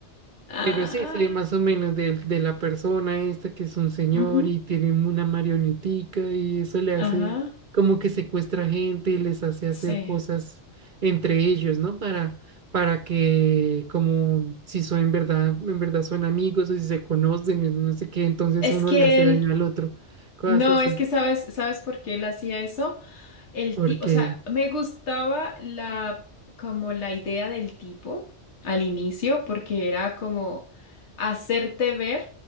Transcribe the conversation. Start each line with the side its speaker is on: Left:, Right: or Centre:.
Left: Ah,
Right: pero sí, sé más o menos de, de la persona esta que es un señor
Left: ujú.
Right: y tiene una marionetica y eso le hace
Left: Ajá.
Right: como que secuestra gente y les hace hacer
Left: Sí.
Right: cosas entre ellos, ¿no? Para, para que como si son en verdad, en verdad son amigos o si se conocen, y no sé qué, entonces
Left: Es
Right: uno
Left: que
Right: le hace
Left: él,
Right: daño al otro, cosas
Left: no,
Right: así.
Left: es que sabes, ¿sabes por qué él hacía eso? El
Right: Porque
Left: tipo, o sea, me gustaba la como la idea del tipo al inicio, porque era como hacerte ver